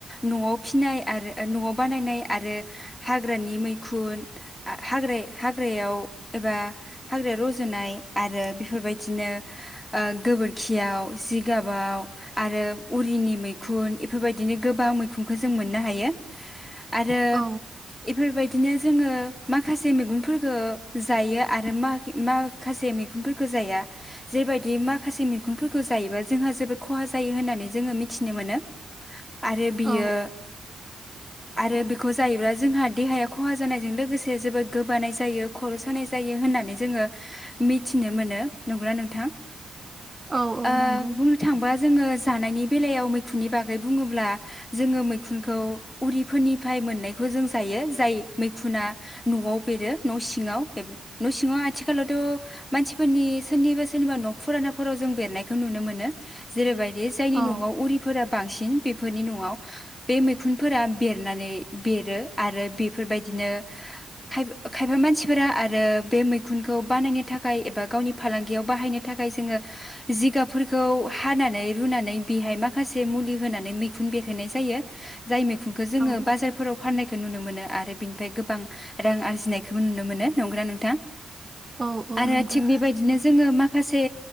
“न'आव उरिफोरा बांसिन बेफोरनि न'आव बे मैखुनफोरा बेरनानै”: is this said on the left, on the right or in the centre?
Left